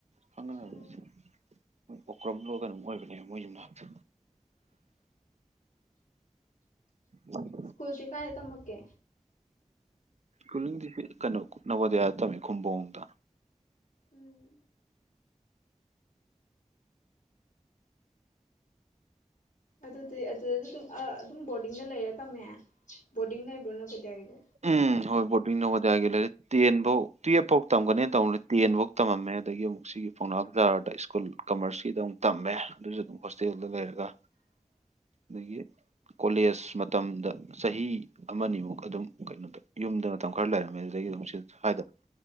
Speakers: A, on the right; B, on the left.
A: ꯈꯪꯉꯔꯣꯏ
B: ꯎꯝ
A: ꯃꯣꯏ ꯑꯣꯀ꯭ꯔꯝ ꯂꯣ ꯀꯩꯅꯣꯝ ꯑꯣꯏꯕꯅꯦꯕ ꯃꯣꯏꯒꯤ ꯌꯨꯝꯅꯥꯛꯇꯣ ꯎ <unintelligible>
B: ꯁꯀ꯭ꯨ ꯜꯗꯤ ꯀꯥꯏꯗ ꯊꯝꯃꯛꯀꯦ
A: ꯁꯀ꯭ꯨ ꯜꯂꯤꯡꯗꯤ ꯀꯩꯅꯣ ꯅꯚꯣꯗꯤꯌꯥꯗ ꯇꯝꯃꯦ ꯈꯨꯝꯕꯣꯡꯗ
B: ꯎꯝ ꯑꯗꯨꯗꯤ ꯑꯗꯨꯗꯁꯨ ꯑꯗꯨꯝ ꯑ ꯑꯗꯨꯝ ꯕꯣꯔꯗꯤꯡꯗ ꯂꯩꯔ ꯇꯝꯃꯦ ꯕꯣꯔꯗꯤꯡ ꯂꯩꯕ꯭ꯔꯣ ꯅꯕꯣꯗꯌꯥꯒꯤꯗꯤ
A: ꯎꯝ ꯍꯣꯏ ꯕꯣꯔꯗꯤꯡ ꯅꯕꯣꯗꯤꯌꯥꯒꯤ ꯂꯩꯔꯦ ꯇꯦꯟꯐꯧ ꯇꯨꯌꯦꯐ ꯐꯥꯎ ꯇꯝꯒꯅꯦꯅ ꯇꯧ ꯇꯦꯟꯐꯧ ꯇꯝꯃꯝꯃꯦ ꯑꯗꯒꯤ ꯑꯃꯨꯛ ꯁꯤꯒꯤ ꯄꯥꯎꯅꯥ ꯕꯖꯥꯔꯗ ꯁ꯭ꯀꯨꯜ ꯀꯃꯔꯁꯀꯤꯗ ꯑꯃꯨꯛ ꯇꯝꯃꯦ ꯑꯗꯨꯁꯨ ꯑꯗꯨꯝ ꯍꯣꯁꯇꯦꯜꯗ ꯂꯩꯔꯒ
B: <inaudible>
A: ꯑꯗꯒꯤ ꯀꯣꯂꯦꯖ ꯃꯇꯝꯗ ꯆꯍꯤ ꯑꯃꯅꯤꯃꯨꯛ ꯑꯗꯨꯝ ꯀꯩꯅꯣꯗ ꯌꯨꯝꯗ ꯃꯇꯝ ꯈꯔ ꯂꯩꯔꯝꯃꯦ ꯑꯗꯨꯗꯒꯤ ꯑꯗꯨꯝ ꯁꯤ ꯁꯥꯏꯗ